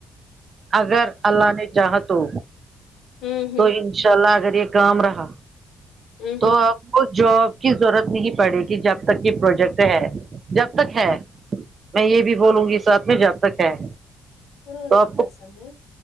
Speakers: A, on the right (about 45°); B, on the left (about 80°).
A: اگر اللہ نے چاہا تو
B: ہ ہ
A: تو ان ان شاء اللہ اگر یہ کام رہا
B: ہ
A: تو
B: ہ
A: آپ کو جاب کی ضرورت نہیں پڑے گی جب تک یہ پروجیکٹ ہے جب تک ہے میں یہ بھی بولوں گی اس ساتھ میں جب تک ہے
B: قرآن
A: تو آپ
B: کی
A: کو
B: قسم ہے